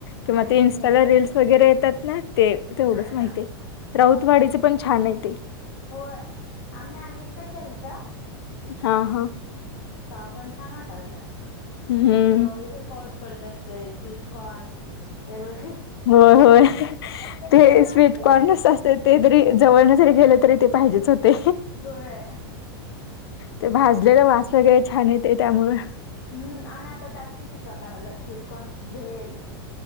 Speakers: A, on the left; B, on the left.
A: किंवा
B: ऐकून
A: ते इन्स्टाला
B: माहित
A: रीलस
B: आहे
A: वगैरे येतात ना ते तेवढंच
B: हा
A: माहिती
B: हा
A: आहे. राऊतवाडीच पण छान आहे ते.
B: होय आम्ही अनेकदा गेलत.
A: हां हां.
B: तवा पण छान वाटालत
A: हम्म
B: क सगळीकड पाऊस पडत असतंय स्वीटकॉर्न्स वेगवेग
A: होय होय ते
B: वाटतय
A: स्वीटकॉर्नस
B: ते
A: असते ते जरी जवळ जरी गेले तरी ते पाहिजेच होते
B: होय.
A: ते भाजलेलं वास वगैरे छान येतंय त्यामुळं
B: हम्म आणि आता त्यात किती प्रकार आल्यात स्वीटकॉर्नची भेल